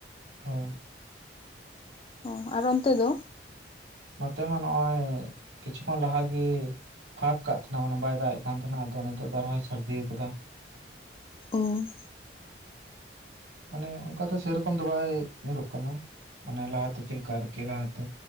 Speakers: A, on the right (about 85°); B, on the left (about 30°).
A: ᱦᱳᱭ᱾
B: ᱚ ᱟᱨ ᱚᱱᱛᱮ ᱫᱚ?
A: ᱱᱚᱛᱮ ᱢᱟ ᱱᱚᱜᱼᱚᱭ ᱠᱤᱪᱷᱩ ᱠᱷᱚᱱ ᱞᱟᱦᱟ ᱜᱤ ᱯᱷᱟᱸᱠ ᱠᱟᱜ ᱛᱟᱦᱮᱸᱱᱟ ᱢᱟᱱᱮ ᱵᱟᱭ ᱫᱟᱜ ᱮᱫ ᱠᱟᱱ ᱛᱟᱦᱮᱱᱟ ᱟᱫᱚ ᱱᱤᱛᱚᱜ ᱫᱚ ᱟᱨᱦᱚᱸᱭ ᱥᱟᱹᱨᱫᱤᱣ ᱠᱟᱫᱟ ᱾
B: ᱳ᱾
A: ᱢᱟᱱᱮ ᱚᱝᱠᱟ ᱫᱚ ᱥᱮᱨᱚᱠᱚᱢ ᱫᱚ ᱵᱟᱭ ᱧᱩᱨᱩᱜ ᱠᱟᱱᱟ᱾ ᱢᱟᱱᱮ ᱞᱟᱦᱟᱛᱮ ᱪᱮᱫ ᱞᱮᱠᱟ ᱟᱨᱠᱤ ᱞᱟᱦᱟᱛᱮ